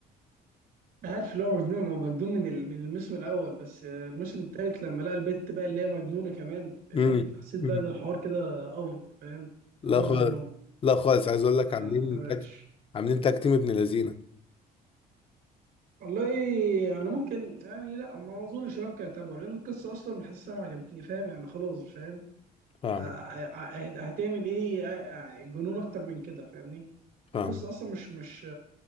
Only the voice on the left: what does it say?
امم
لا
خالص
لا خالص عايز اقول لك
عاملين
تاك عاملين تاك تيم ابن لذينه
فاهمه
فاهمه